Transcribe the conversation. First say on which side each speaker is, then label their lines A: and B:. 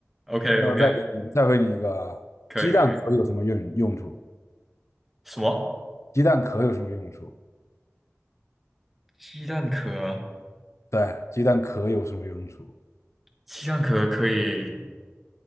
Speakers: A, in the centre; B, on the left.
A: o k
B: 那我再给你，
A: OK，
B: 再问你一个啊，
A: 可以可以。
B: 鸡蛋壳有什么用用处？
A: 可以什么？
B: 鸡蛋壳有什么用处？
A: 鸡蛋壳啊？
B: 对啊，鸡蛋壳有什么用处？
A: 鸡蛋壳可以